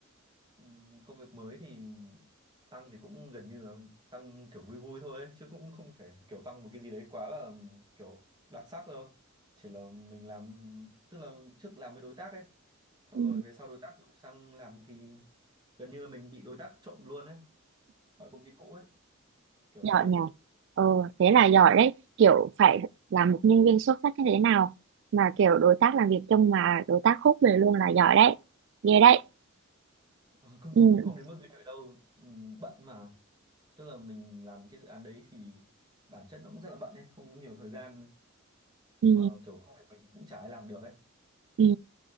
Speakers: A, on the right (about 20°); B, on the right (about 55°).
A: Ừm, công việc mới thì tăng thì cũng gần như là tăng kiểu vui vui thôi ấy, chứ cũng không phải kiểu tăng một cái gì đấy quá là kiểu đặc sắc đâu chỉ là mình làm tức là trước làm với đối tác ấy xong
B: Ừ.
A: rồi về sau đối tác rủ sang làm thì gần như là mình bị đối tác trộm luôn ấy khỏi công ty cũ ấy kiểu
B: giỏi
A: thế
B: nhờ
A: <laughs>
B: ờ thế là giỏi đấy kiểu phải là một nhân viên xuất sắc như thế nào mà kiểu đối tác làm việc chung mà đối tác khúc về luôn là giỏi đấy ghê đấy
A: Ờ, cũng
B: ừ,
A: cũng không đến mức ghê vậy đâu Ừm, bận mà tức là mình làm cái dự án đấy thì bản chất nó cũng rất là bận ấy không có nhiều thời gian nhưng
B: ừ,
A: mà kiểu không phải mình thì cũng chả ai làm được ấy
B: ừ.